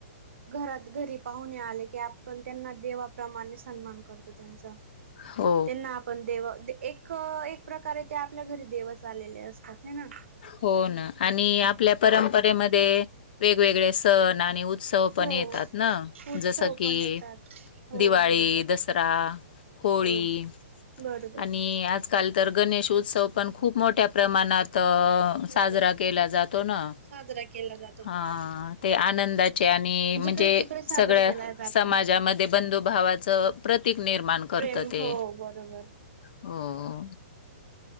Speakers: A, on the right (about 60°); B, on the left (about 40°).
A: घरात घरी पाहूने आले की आपण त्यांना देवाप्रमाणे सन्मान करतो त्यांचा.
B: हो.
A: त्यांना आपण देव एक एक प्रकारे ते आपल्या घरी देव आलेले असतात ह ना.
B: हो ना आणि आपल्या परंपरेमध्ये वेगवेगळे सण आणि चव पण
A: हो
B: येतात ना
A: उत्सव
B: जसं की,
A: पण येतात हो
B: दिवाळी,
A: बरोबर
B: दसरा, होळी
A: हो. बरोबर.
B: आणि आजकाल तर गणेश उत्सव पण खूप मोठ्या प्रमाणात
A: हो.
B: साजरा केला जातो ना,
A: साजरा केला जातो
B: ह
A: बरोबर.
B: ते आनंदाचे आणि
A: जिकडे
B: म्हणजे
A: तिकडे साजरा
B: सगळ्या
A: केला जातो.
B: समाजामध्ये बंधुभावाचं प्रतीक निर्माण करतं
A: प्रेम
B: ते,
A: हो बरोबर!
B: हो!